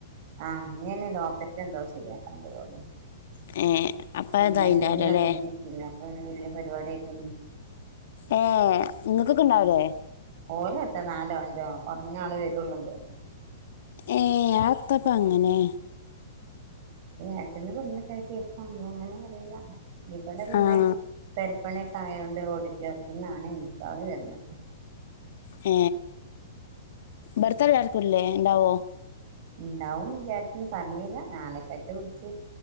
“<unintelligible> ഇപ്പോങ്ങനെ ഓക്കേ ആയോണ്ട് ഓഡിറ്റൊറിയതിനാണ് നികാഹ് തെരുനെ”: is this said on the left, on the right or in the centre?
Right